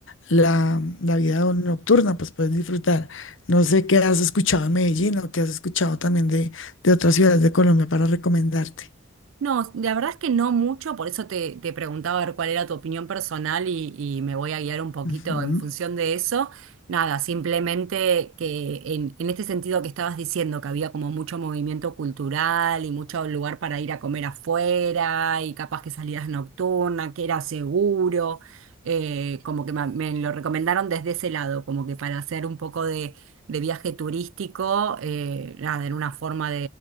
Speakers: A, on the left; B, on the right.
A: la, la vida nocturna, pues puedes disfrutar. No sé qué has escuchado en Medellín o qué has escuchado también de, de otras ciudades de Colombia para recomendarte.
B: No, la verdad es que no mucho, por eso te, te preguntaba a ver cuál era tu opinión personal y, y me voy a guiar un poquito
A: Ujú.
B: en función de eso. Nada, simplemente que en, en este sentido que estabas diciendo, que había como mucho movimiento cultural y mucho lugar para ir a comer afuera y capaz que salidas nocturnas, que era seguro, eh, como que ma- me, lo recomendaron desde ese lado, como que para hacer un poco de, de viaje turístico, eh, nada, en una forma